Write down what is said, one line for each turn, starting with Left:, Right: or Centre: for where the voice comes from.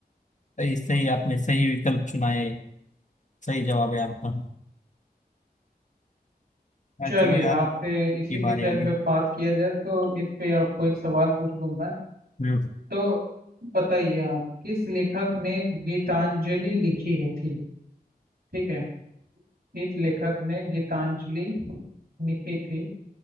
Left: तो इससे ही आपने सही विकल्प चुना है सही जवाब है आपका हाँ,
Right: चलिए
Left: चलो यार
Right: आपसे
Left: आपकी
Right: इसी विषय
Left: बारी आ गई
Right: पे बात किया जाए तो इस पे आपको एक सवाल पूछ दूँ
Left: हम्म
Right: तो बताइए आप किस लेखक ने गीतांजलि लिखी है थी ठीक है किस लेखक ने गीतांजलि लिखी थी